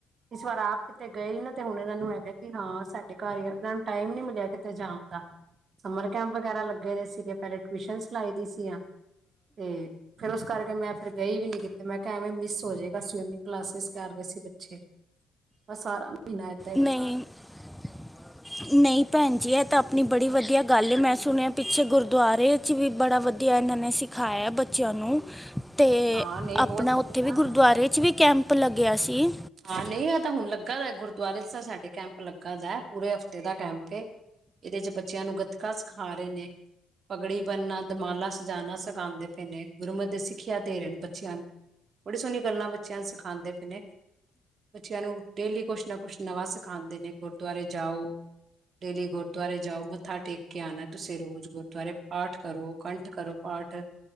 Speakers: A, on the right; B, in the centre.
A: ਇਸ ਵਾਰ ਆਪ ਕਿਤੇ ਗਏ ਨਾ। ਤੇ ਹੁਣ ਇਹਨਾਂ ਨੂੰ ਹੈਗਾ, ਕਿ ਹਾਂ ਸਾਡੇ ਘਰ ਹੀ ਇਹਨਾਂ ਨੂੰ ਟਾਈਮ ਨੀ ਮਿਲਿਆ ਕਿਤੇ ਜਾਣ ਦਾ ਸਮਰ ਕੈਂਪ। ਵਗੈਰਾ ਲੱਗੇ ਦੇ ਸੀਗੇ ਪੈਲੇ ਟਿਊਸ਼ਨਾਂ ਲਾਈ ਦੀ ਸੀਆਂ ਤੇ। ਫੇਿਰ ਉਸ ਕਰਕੇ ਮੈਂ ਫਿਰ ਗਈ ਵੀ ਨੀ ਕਿੱਥੇ, ਮੈਂ ਕਿਹਾ ਐਵੇਂ ਮਿਸ ਹੋ ਜਾਏਗਾ, ਸਵੀਮਿੰਗ ਕਲਾਸਿਸ ਕਰ ਰਹੇ ਸੀ ਬੱਚੇ। ਬ ਸਾਰਾ ਮਹੀਨਾ ਐਦਾ ਈ।
B: ਨਹੀਂ- ਨਹੀਂ। ਭੈਣ ਜੀ ਇਹ ਤਾਂ ਆਪਣੀ ਬੜੀ ਵਧੀਆ, ਗੱਲ ਮੈਂ ਸੁਣਿਆ, ਪਿੱਛੇ ਗੁਰਦੁਆਰੇ ਚ ਵੀ ਬੜਾ ਵਧੀਆ ਇਹਨਾਂ ਨੇ ਸਿੱਖ। ਸਿਖਾਇਆ ਬੱਚਿਆਂ ਨੂੰ‌। ਤੇ
A: ਹਾਂ ਨਹੀਂ
B: ਆਪਣਾ
A: ਬਹੁਤ ਵਧੀਆ
B: ਉੱਥੇ ਵੀ ਗੁਰਦੁਆਰੇ ਚ ਵੀ ਕੈਂਪ ਲੱਗਿਆ ਸੀ।
A: ਹਾਂ ਨਹੀਂ ਇਹ ਤਾਂ ਹੁਣ ਲੱਗਾ, ਦਾ ਗੁਰਦੁਆਰੇ ਤਾਂ ਸਾਡੇ ਕੈਂਪ ਲੱਗਾ ਦਾ ਪੂਰੇ ਹਫ਼ਤੇ ਦਾ ਕੈਂਪ। ਇਹਦੇ ਚ ਬੱਚਿਆਂ ਨੂੰ ਗੱਤਕਾ ਸਿਖਾ ਰਹੇ ਨੇ। ਪਗੜੀ ਬਣਨਾ ਦਿਮਾਲਾ ਸਜਾਉਣਾ ਸਖਾਉਂਦੇ ਪਏ, ਨੇ ਗੁਰਮਤ ਦੇ ਸਿੱਖਿਆ ਦੇ ਰਹੇ ਨੇ ਬੱਚਿਆਂ ਨੂੰ। ਬੜੀ ਸੋਹਣੀ ਗੱਲਾਂ ਬੱਚਿਆਂ ਨੂੰ ਸਿਖਾਂਦੇ ਪਏ ਨੇ। ਬੱਚਿਆਂ ਨੂੰ ਡੇਲੀ ਕੁਛ ਨਾ ਕੁਛ ਨਵਾਂ ਸਿਖਾਂਦੇ ਨੇ ਗੁਰਦੁਆਰੇ ਜਾਓ। ਡੇਲੀ ਗੁਰਦੁਆਰੇ ਜਾਓ ਮੱਥਾ ਟੇਕ, ਕੇ ਆਉਣਾ ਤੁਸੀਂ ਰੋਜ਼ ਗੁਰਦੁਆਰੇ ਪਾਠ ਕਰੋ ਕੰਠ ਕਰੋ। ਪਾਠ।